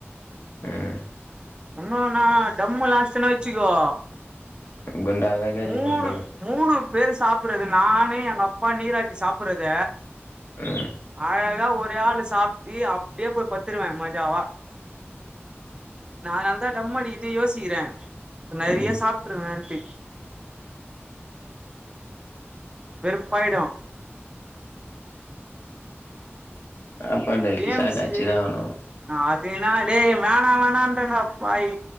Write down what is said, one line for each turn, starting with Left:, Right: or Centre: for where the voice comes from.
Left: ம்
Right: இன்னும் நா தம்முலா அடிச்சேன்னு வச்சுக்கோ
Left: குண்டா வேக
Right: மூணு
Left: நீ முண்டு
Right: மூணு பேரு சாப்புறது நானும் எங்க அப்பா நீராட்சி சாப்புறத
Left: ம்
Right: அழகா ஒரு எப்பயா அத சாப்ட்டு அப்டியே போய் பத்துருவேன் மஜாவா நா அதனால தா டம் அடிக்குதே யோசிக்றே நெறைய
Left: ம்
Right: சாப்புட்ருவேன்ட்டு வெருப்பாயிடு
Left: ஆ பண்ற கிசாக்கு
Right: ஏம்ஸு
Left: அடிச்சுதா ஆகணு
Right: அதுனாலே வேணா வேணன்றன பாய்